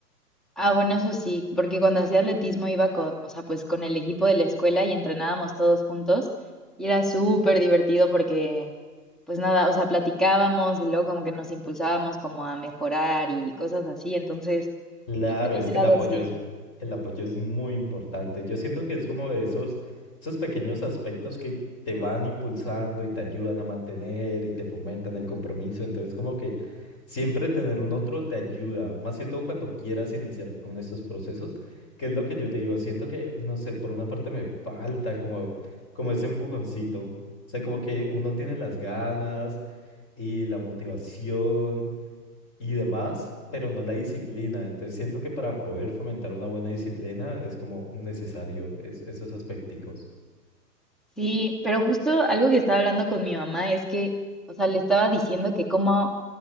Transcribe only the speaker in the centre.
Ah, bueno, eso sí, porque cuando hacía atletismo iba co- o sea, pues con el equipo de la escuela y entrenábamos todos juntos y era súper divertido porque, pues nada, o sea, platicábamos y luego como que nos impulsábamos como a mejorar y cosas así, entonces,
chance en
ese
lado
sí.
Sí, pero justo algo que estaba hablando con mi mamá es que, o sea, le estaba diciendo que como,